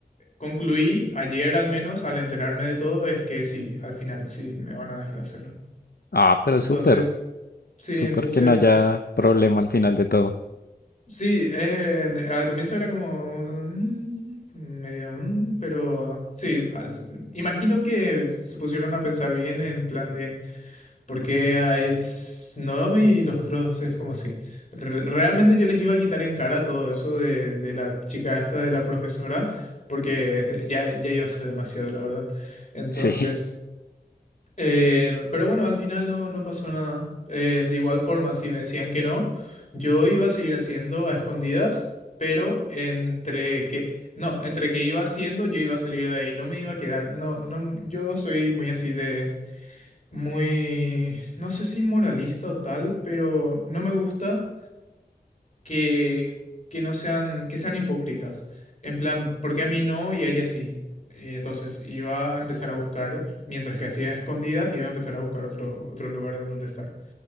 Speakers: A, on the left; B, on the left.
A: Concluí ayer al menos al enterarme de todo es que sí, al final sí me van a dejar hacerlo.
B: Ah, pero
A: Entonces,
B: súper,
A: sí,
B: súper
A: entonces,
B: que no haya problema al final de todo.
A: sí, eh, en- al comienzo era como mm, medio, mm, pero sí, al- imagino que se pusieron a pensar bien en plan de por qué a él s- no y los otros es como sí. Re- realmente yo les iba a quitar en cara todo eso de, de la chica esta de la profesora porque ya, ya iba a ser demasiado, la verdad. Entonces...
B: Sí,
A: Eh, pero bueno, al final no, no pasó nada. Eh, de igual forma, si me decían que no, yo iba a seguir haciendo a escondidas, pero entre que, no, entre que iba haciendo, yo iba a salir de ahí, no me iba a quedar, no, no, yo soy muy así de, muy, no sé si moralista o tal, pero no me gusta que, que no sean, que sean hipócritas. En plan, ¿por qué a mí no y a ella sí? Y entonces iba a empezar a buscar, mientras que hacía escondidas, iba a empezar a buscar otro, otro lugar en donde estar.